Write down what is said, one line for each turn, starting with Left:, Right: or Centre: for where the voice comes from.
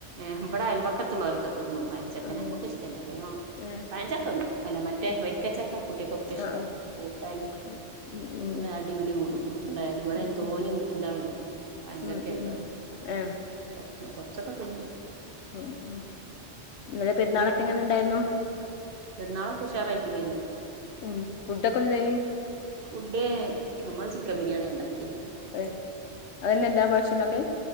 Right: ഏഹ് വടെ അയൽവക്കത്തുള്ളോലെക്കെ തിന്നു യഞ്ചക്ക
Left: ഉം
Right: നമ്മക്ക് ഇഷ്ടല്ല പ് ഒ
Left: ഏഹ്
Right: പയഞ്ചക്കന്നു അല്ല മറ്റേ
Left: ഉം
Right: വരി രിക്കച്ചക്ക കുട്ടിയക്കൊക്കെ ഇഷ്ട
Left: ആഹ്
Right: പൂത്താല്
Left: ഉം ഉം
Right: എല്ലാം
Left: ഉം
Right: അടിപിടി കൂടും ഉണ്ടായാലും ഇവിടെ
Left: ഉം
Right: തോനെ നിന്നിട്ട് ഇതാ ഉള്ളത് പഴം
Left: ഉം
Right: ചക്കെ
Left: ഉം
Right: ഉള്ളത്
Left: ഉം ആഹ്
Right: കൊറച്ച് കൊറച്ചൊക്കെ തിന്നു
Left: ഉം ഉം ഇന്നലെ പെരുന്നാളൊക്കെ
Right: എന്ത്ന്ന്
Left: എങ്ങനെ ഉണ്ടായിരുന്നു
Right: പെ പെരുന്നാള്ളൊക്കെ ഉഷാറായിട്ട് കഴിഞ്ഞു
Left: ഉം പുഡൊക്കെയെന്തായിനി-
Right: ഫുഡ് നമ്മൾ ചിക്കൻ ബിരിയാണിയ ഉണ്ടാക്കിയത്
Left: അ് അതന്നെ എല്ലാ പ്രവിശ്യവും ഉണ്ടാക്കല്